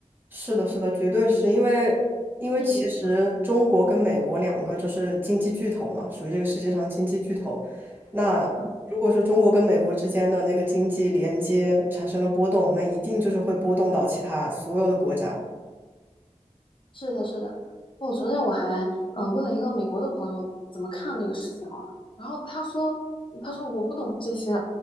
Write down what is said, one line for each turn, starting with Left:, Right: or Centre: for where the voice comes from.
Right: 是的，是的，绝对是因为，因为其实中国跟美国两个就是经济巨头嘛，
Left: 利率
Right: 属于这个世界上经济巨头。那如果说中国跟美国之间的那个经济连接产生了波动，
Left: 嗯，
Right: 那一定就是会波动到其他所有的国家。
Left: 是的，是的。哦，昨天我还嗯、呃问了一个美国的朋友怎么看这个事情哦，然后他说他说我不懂这些